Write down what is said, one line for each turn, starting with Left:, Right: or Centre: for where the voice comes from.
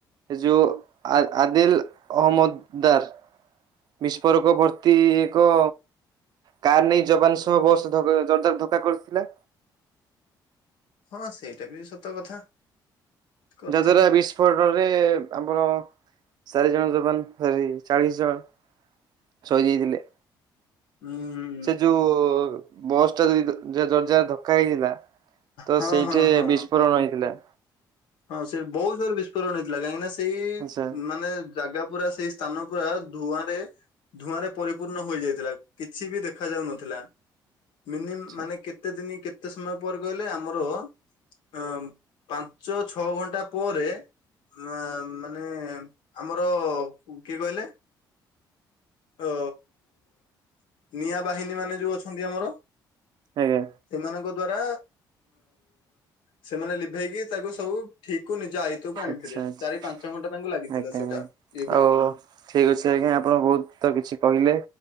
Right: ସେ ଯୋଉ ଆ ଆଦିଲ ଅହମ୍ମଦଦାର। ବିସ୍ଫୋରକ ଭର୍ତ୍ତି ଏକ କାର ନେଇ ଯବାନ ସହ ବସ୍ ଜୋରଦାର ଧକ୍କା କରିଥିଲା।
Left: ହଁ ସେଇଟା ବି ସତ କଥା। କରିଥିବେ
Right: ଯାହାଦ୍ଵାରା ବିସ୍ଫୋଟରେ ଆମର ଚାରି ଜଣ ଯବାନ ଫେରେ ଚାଳିଶ ଜଣ ସହିଦ୍ ହେଇଥିଲେ।
Left: ହୁଁ।
Right: ସେ ଯୋଉ ବସ୍ ଟା ଯଦି ଯୋଦାର୍ ଧକ୍କା ହେଇଥିଲା। ତ
Left: ହଁ
Right: ସେଇଠି
Left: ହଁ ହଁ।
Right: ବିସ୍ଫୋରଣ ହେଇଥିଲା।
Left: ହଁ ସେ ବହୁତ ଜୋରେ ବିସ୍ଫୋରଣ ହେଇଥିଲା। କାହିଁକି ନା ସେଇ
Right: ଆଚ୍ଛା
Left: ମାନେ ଜାଗା ପୁରା ସେଇ ସ୍ଥାନ ପୁରା ଧୂଆଁ ରେ ଧୂଆଁ ରେ ପରିପୂର୍ଣ୍ଣ ହୋଇଯାଇଥିଲା କିଛି ବି ଦେଖା ଯାଉନଥିଲା। ମିନିମି
Right: ଆଚ୍ଛା
Left: ମାନେ କେତେ ଦିନି କେତେ କେତେ ସମୟ ପରେ କହିଲେ ଆମର ପା ପାଞ୍ଚ ଛଅ ଘଣ୍ଟା ପରେ ମା ମାନେ ଆମର କିଏ କହିଲେ? ଅ ନିଆଁ ବାହିନୀ ମାନେ ଯୋଉ ଅଛନ୍ତି ଆମର।
Right: ଆଜ୍ଞା।
Left: ସେମାନଙ୍କ ଦ୍ଵାରା ସେମାନେ ଲିଭେଇକି ତାକୁ ସବୁ ଠିକକୁ ନିଜ ଆଇତକୁ ଆଣିଥିଲେ।
Right: ଆଚ୍ଛା ଆଚ୍ଛା
Left: ଚାରି ପାଞ୍ଚ ଘଣ୍ଟା ତାଙ୍କୁ ଲାଗିଥିଲା
Right: ଆଜ୍ଞା ଆଜ୍ଞା।
Left: ସେଇଟା ଇଏ
Right: ଆଉ
Left: କରିବାକୁ।
Right: ଠିକ ଅଛି ଆଜ୍ଞା ଆପଣ ବହୁତ କିଛି କହିଲେ